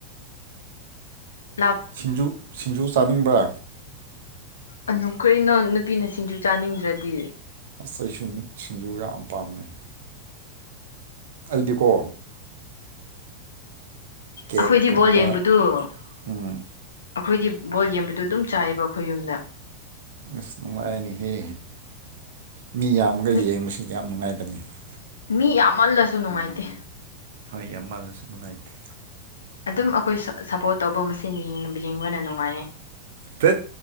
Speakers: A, on the left (about 70°); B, on the right (about 55°).
A: ꯂꯥꯞ
B: ꯁꯤꯡꯖꯨ ꯁꯤꯡꯖꯨ ꯆꯥꯅꯤꯡꯕ꯭ꯔꯥ
A: ꯑꯅꯨ ꯀꯔꯤꯅꯣ ꯅꯨꯄꯤꯅ ꯁꯤꯡꯖꯨ ꯆꯥꯅꯤꯡꯗ꯭ꯔꯗꯤ
B: ꯑꯁ ꯑꯩꯁꯨꯅꯤ ꯁꯤꯡꯖꯨ ꯌꯥꯝ ꯄꯥꯝꯃꯦ ꯑꯩꯗꯤꯀꯣ ꯀꯦꯛ
A: ꯑꯩꯈꯣꯏꯗꯤ
B: ꯀꯨꯝꯕ
A: ꯕꯣꯜ ꯌꯦꯡꯕꯗꯨ
B: ꯎꯝ
A: ꯑꯩꯈꯣꯏꯗꯤ ꯕꯣꯜ ꯌꯦꯡꯕꯗꯣ ꯑꯗꯨꯝ ꯆꯥꯏꯕ ꯑꯩꯈꯣꯏ ꯌꯨꯝꯗ
B: ꯑꯁ ꯅꯨꯡꯉꯥꯏꯔꯅꯤ ꯍꯦ ꯃꯤ ꯌꯥꯝꯃꯒ
A: ꯃꯤ
B: ꯌꯦꯡꯕꯁꯤ ꯌꯥꯝ ꯅꯨꯡꯉꯥꯏ <unintelligible>
A: ꯃꯤ ꯌꯥꯝꯃꯜꯂꯁꯨ ꯅꯨꯡꯉꯥꯏꯇꯦ
B: ꯍꯣꯏ ꯌꯥꯝꯃꯜꯂꯁꯨ ꯅꯨꯡꯉꯥꯏꯇꯦ
A: ꯑꯗꯨꯝ ꯑꯩꯈꯣꯏ ꯁꯞꯄꯣꯔꯠ ꯇꯧꯕ ꯃꯁꯦꯟ ꯌꯦꯡ ꯌꯦꯡꯕꯅ ꯅꯨꯡꯉꯥꯏꯌꯦ
B: ꯇꯠ